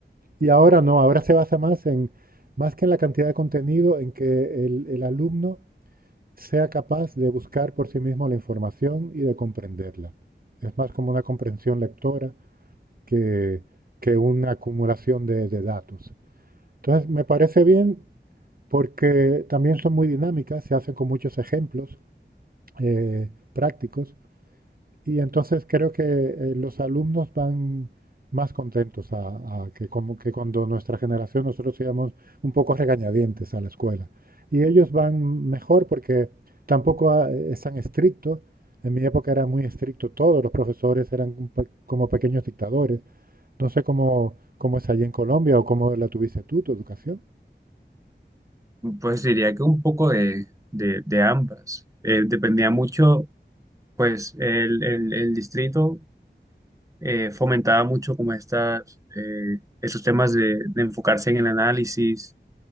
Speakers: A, on the right; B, on the right.
A: Y ahora no, ahora se basa más en, más que en la cantidad de contenido, en que el, el alumno sea capaz de buscar por sí mismo la información y de comprenderla. Es más como una comprensión lectora que, que una acumulación de de datos. Entonces, me parece bien porque también son muy dinámicas, se hacen con muchos ejemplos eh, prácticos y entonces creo que eh, los alumnos van más contentos a, a que, como que cuando nuestra generación nosotros íbamos un poco regañadientes a la escuela. Y ellos van mejor porque tampoco ah, es tan estricto. En mi época era muy estricto todos los profesores eran un pe- como pequeños dictadores. No sé cómo, cómo es allí en Colombia o cómo la tuviste tú, tu educación.
B: pues diría que un poco de, de, de ambas. Eh, dependía mucho, pues, el, el el distrito. eh, fomentaba mucho como estas, eh, esos temas de, de enfocarse en el análisis,